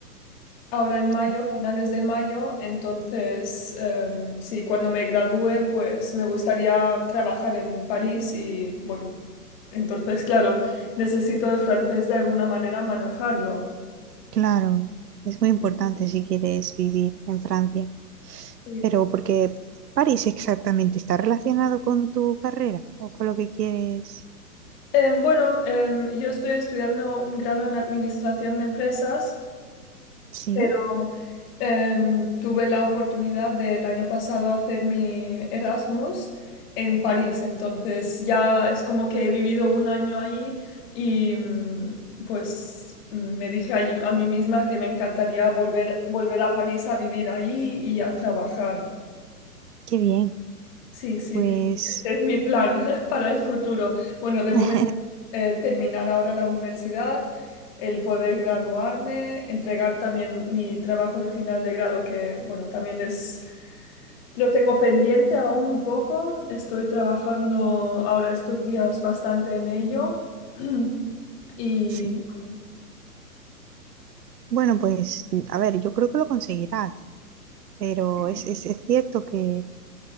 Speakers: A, on the left (about 35°); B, on the right (about 80°).
A: ahora en mayo,
B: Sí.
A: finales de mayo, entonces em, sí, cuando me gradúe pues me gustaría trabajar en París y bueno, entonces claro, necesito el francés de alguna manera manejarlo.
B: Claro, es muy importante si quieres vivir en Francia.
A: Sí.
B: Pero porque París exactamente está relacionado con tu carrera o con lo que quieres.
A: Em, bueno, em, yo estoy estudiando un grado en administración de empresas,
B: Sí,
A: pero em, tuve la oportunidad del año pasado hacer mi Erasmus en París, entonces ya es como que he vivido un año ahí y mm, pues mm, me dije ahí- a mí misma que me encantaría volver, volver a París a vivir ahí y a trabajar.
B: qué bien.
A: Sí, sí,
B: Pues
A: ese es mi plan <laughs> para el futuro. Bueno, de momento
B: <laughs>
A: eh, terminar ahora la universidad, el poder graduarme, entregar también mi trabajo de final de grado, que bueno, también es, lo tengo pendiente aún un poco. Estoy trabajando ahora estos días bastante en ello. <clears throat> Y
B: sí.
A: bueno,
B: Bueno, pues a ver, yo creo que lo conseguirás, pero
A: sí.
B: es, es, es cierto que,